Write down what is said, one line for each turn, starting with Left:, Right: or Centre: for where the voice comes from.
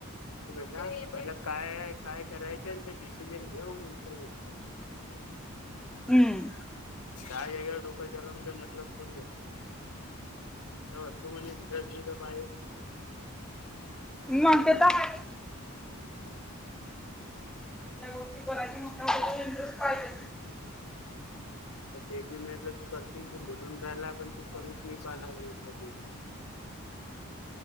Left: बेटा पहि काय काय करायचं आणि ते डिसिजन घ मग नंतर ब <inaudible> ह
Centre: हम्म
Left: गाय अगेवर ढोकळ चालव मतलब ोडीलवस् <inaudible> त म्हणजे रिझर्चीज पाय आहे <unintelligible>
Centre: मग ते तर आहे.
Left: <unintelligible>
Centre: <unintelligible> त्याच्यात
Left: येवढ्यासाठी
Centre: इंटरेस्ट पाहिजे
Left: तर ते पी म्ह करश त म्हणून राला पण ते करूच मी पाहणार <unintelligible>
Centre: ह